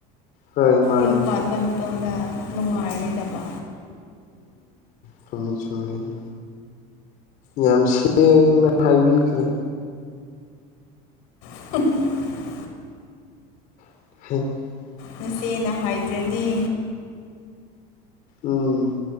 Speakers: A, on the left; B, on the left.
A: ꯍꯣꯏ ꯃꯥꯅꯤ
B: ꯌꯨꯝ ꯄꯥꯟꯕ ꯃꯇꯝꯗ ꯅꯨꯡꯉꯥꯏꯔꯣꯏꯗꯕ꯫
A: ꯆꯨꯝꯃꯤ-ꯆꯨꯝꯃꯤ꯫ ꯌꯥꯝ ꯁꯦꯡꯅ ꯍꯥꯏꯕꯤꯈ꯭ꯔꯦ꯫
B: <unintelligible>
A: <unintelligible>
B: ꯅꯆꯦꯅ ꯍꯥꯏꯗ꯭ꯔꯗꯤ꯫
A: ꯎꯝ